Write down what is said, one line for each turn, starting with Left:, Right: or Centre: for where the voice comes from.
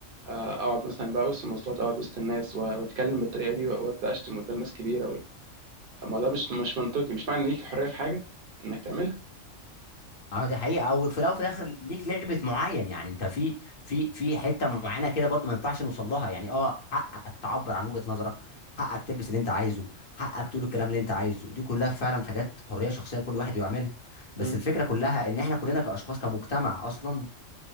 Right: آه، أقعد مثلا بقى وسط المواصلات أقعد وسط الناس و- وأتكلم بالطريقة دي و- وأبدأ أشتم قدام ناس كبيرة و- أما ده مش مش منطقي مش معنى إن ليك الحرية في حاجة إنك تعملها
Left: اه دي حقيقة او في الاول وفي الاخر ليك ليميت معين يعني انت في في في حتة معينة كده برضو ما ينفعش نوصل لها يعني اه حقك تعبر عن وجهة نظرك حقك تلبس اللي انت عايزه حقك تقول الكلام اللي انت عايزه دي كلها فعلا حاجات حرية شخصية لكل واحد يعملها بس
Right: مم.
Left: الفكرة كلها ان احنا كلنا كاشخاص كمجتمع اصلا